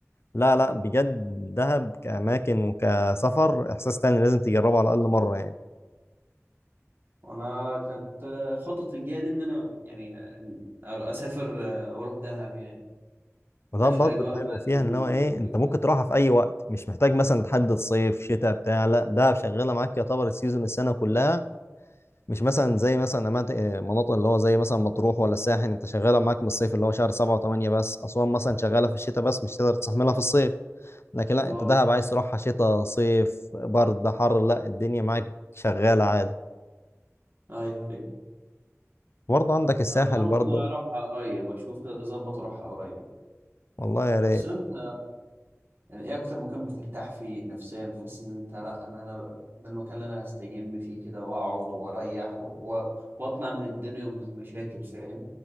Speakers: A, on the left; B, on the right.
A: لا لا بجد دهب كاماكن وكسفر احساس تاني لازم تجربه على الاقل مره يعني
B: <laughs> وانا كانت آه، خطتي الجايه دي ان انا يعني آه، اسافر آه، واروح دهب يعني
A: وده
B: عايش
A: برضه
B: الاجواء
A: الحلو
B: بقى
A: فيها
B: اللي بي-
A: ان هو ايه
B: بيقولوا
A: انت ممكن
B: عليها
A: تروحها في اي وقت مش محتاج مثلا تحدد صيف شتاء بتاع لا ده شغاله معاك يعتبر السيزون السنه كلها مش مثلا زي مثلا أماكن- مناطق اللي هو زي مثلا مطروح ولا الساحل انت شغاله معاك من الصيف اللي هو شهر 7 و8 بس اسوان مثلا شغاله في الشتاء بس مش تقدر تستحملها في الصيف لكن لا
B: اه
A: انت دهب عايز تروحها شتاء صيف برد حر لا الدنيا معاك شغاله عادي
B: ايوه ايوه
A: برضه عندك الساحل
B: آه، والله ممكن
A: برضه
B: اروح قريب اشوف كده اظبط واروح قريب
A: والله يا ريت
B: بس انت يعني ايه اكتر مكان بترتاح فيه نفسيا بتحس ان انت لا انا انا ده المكان اللي انا استجم فيه كده واقعد واريح و... و- واطلع من الدنيا ومن المشاكل فاهم